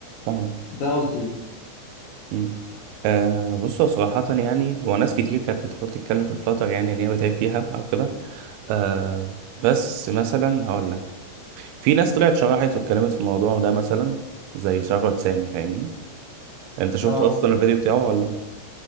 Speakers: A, on the right; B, on the left.
A: فاهم
B: ده قصدي
A: م. <clears throat> آه بصوا صراحة يعني هو ناس كتير كانت بتحاول تتكلم في فلاتر يعني إن هي بتعب فيها أو كده آه بس مثلا هقول لك في ناس طلعت شرحت واتكلمت في الموضوع ده مثلا زي ثروت سامي فاهمني أنت شفت
B: اه
A: أصلا الفيديو بتاعه ولا؟